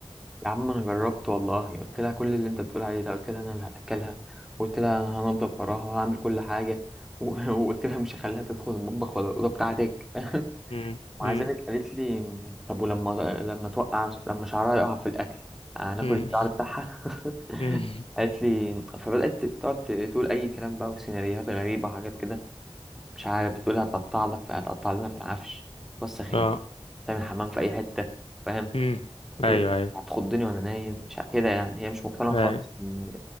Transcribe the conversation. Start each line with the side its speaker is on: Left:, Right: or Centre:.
Centre: يا عم انا جربت والله قلت لها كل اللي انت بتقول عليه ده قلت لها انا اللي هاكلها وقلت لها انا هنضف وراها وهعمل كل حاجه و- <laughs> وقلت لها مش هخليها تدخل المطبخ ولا الاوضه بتاعتك <laughs>
Left: مم،
Centre: ومع
Left: مم،
Centre: ذلك قالت لي طب ولما لما توقع لما شعرها يقع في الاكل هناكل
Left: مم،
Centre: الشعر بتاعها <laughs>
Left: مم.
Centre: قالت لي فبدات تقعد تقول اي كلام بقى وسيناريوهات غريبه وحاجات كده مش عارف بتقول هتقطع لك فهتقطع لنا في العفش توسخ
Left: <laughs>
Centre: ال-
Left: اه
Centre: تعمل حمام في اي حته فاهم
Left: مم. أيوه
Centre: إيه،
Left: أيوه
Centre: هتخضني وانا نايم مش ع- كده يعني هي مش مقتنعه
Left: أيوه
Centre: خالص ان